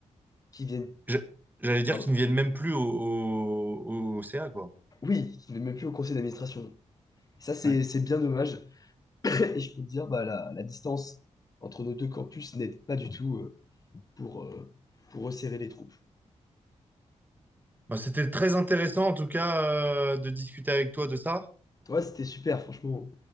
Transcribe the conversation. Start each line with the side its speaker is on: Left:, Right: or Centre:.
Left: qui viennent,
Right: je- j'allais dire
Left: pardon,
Right: qu'ils ne viennent même plus au, au, au CA, quoi.
Left: oui, qui ne viennent même plus au conseil d'administration. Ça, c'est
Right: Ouais.
Left: c'est bien dommage. <coughs> <laughs> Et je peux te dire, bah, la, la distance entre nos deux campus n'aide pas du tout euh, pour, euh, pour resserrer les troupes.
Right: Bon, c'était très intéressant, en tout cas, euh, de discuter avec toi de ça.
Left: Ouais, c'était super, franchement.